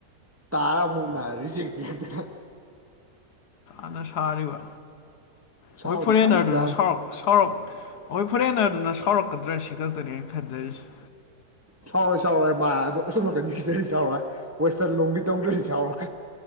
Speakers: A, on the right; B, on the left.
A: ꯇꯥꯔꯥ ꯑꯃꯨꯛ ꯅ ꯔꯤꯖꯦꯛ ꯄꯤꯔꯛꯇꯅ
B: ꯑꯥꯅ ꯁꯥꯔꯤꯕ
A: ꯁꯥꯕꯨꯗꯤ
B: ꯍꯣꯏ ꯐꯣꯔꯦꯟꯅꯔꯗꯨꯅ
A: ꯐꯖꯅ ꯁꯥꯔꯦ
B: ꯁꯥꯎꯔꯛ ꯁꯥꯎꯔꯛ ꯍꯣꯏ ꯐꯔꯦꯅꯔ ꯗꯨꯅ ꯁꯥꯎꯔꯛꯀꯗ꯭ꯔꯥ ꯁꯤ ꯈꯛꯇꯅꯤ ꯑꯩꯟ ꯈꯟꯖꯔꯤꯁꯦ
A: ꯁꯥꯎꯔꯣꯏ ꯁꯥꯎꯔꯣꯏ ꯃꯥ ꯑꯗꯣ ꯑꯁꯣꯝ ꯅꯀꯟ ꯁꯤꯗꯔꯏ ꯁꯥꯎꯔꯣꯏ ꯋꯦꯁꯇꯜ ꯂꯣꯝꯒꯤ ꯇꯧꯗ꯭ꯔꯗꯤ ꯁꯥꯎꯔꯣꯏ